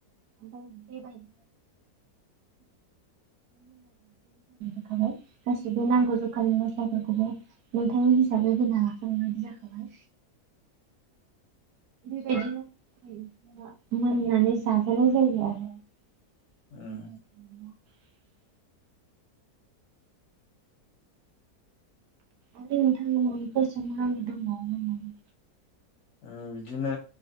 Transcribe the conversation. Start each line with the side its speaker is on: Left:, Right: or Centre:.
Right: ओमफ्राय बेबायदि <unintelligible> गासिबो नांगौ जखानि मस्लाफोरखौबो नोंथांनि हिसाबै होना लाखांना <unintelligible> जाखाबाय बेबायदिनो <unintelligible> मोननानै जाजानाय जायो आरो <inaudible>
Left: उम
Right: आरो नोंथांमोनाव <unintelligible> दंबावोमोन नामा
Left: ओं बिदिनो